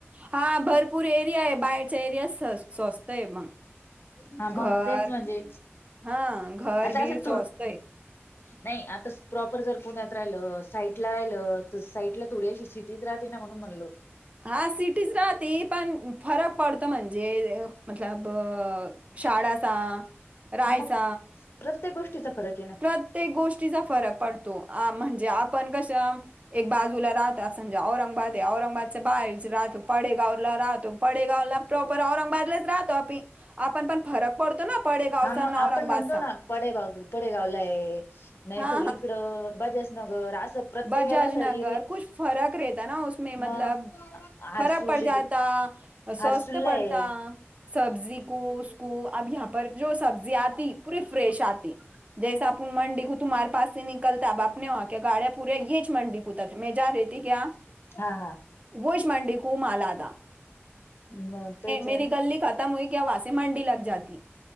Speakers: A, on the right; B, on the left.
A: हा भरपूर एरिया आहे बाहेरच्या एरिया स स्वस्त आहे मग.
B: हा
A: घर
B: मग तेच म्हणजे
A: हा घर
B: आता
A: बिर
B: असं
A: स्वस्त
B: थो
A: आहे
B: नाही आता प्रॉपर जर पुण्यात राहिलं साईटला राहिलं तर साईटला थोडीशी सिटीत राहते ना म्हणून म्हणलो
A: हा सिटीच राहते पण फरक पडतो म्हणजे मतलब शाळाचा राहायचं
B: हा मग प्रत्येक गोष्टीचा फरक आहे ना
A: प्रत्येक गोष्टीचा फरक पडतो म्हणजे आपण कशा एक बाजूला राह त समजा औरंगाबाद ते औरंगाबादच्या बाहेरच राहतो पडेगावला राहतो पडेगावला प्रॉपर औरंगाबादलाच राहतो आम्ही आपण पण फरक पडतो ना पडे गावचा
B: हा मग
A: ना
B: आपण
A: औरंगाबादचा.
B: म्हणतो ना पडेगाव पडेगावला आहे नाही
A: हा
B: तर इकड बजाज नगर असं प्रत्येकाला
A: बजाजनगर
B: असं एरि
A: कुछ फरक रेहता ना उसमे मतलब
B: मग हरसूल
A: फरक पड जाता स्वस्थ
B: हरसूलला
A: पडता
B: आहे.
A: सब्जी को उसको अब यहा पर जो सब्जी आती परी फ्रेश आती जैस आपून मंडी को तुम्हारे पासे निकलता आपने वह क्या गाड्या पुरे येच मंडी को तरफ मै जा रह ती क्या?
B: हा हा
A: वहीच मंडी को माल आता
B: मग तेच
A: मेरी गल्ली का तन्वी के यहासे मंडी लगेच जाती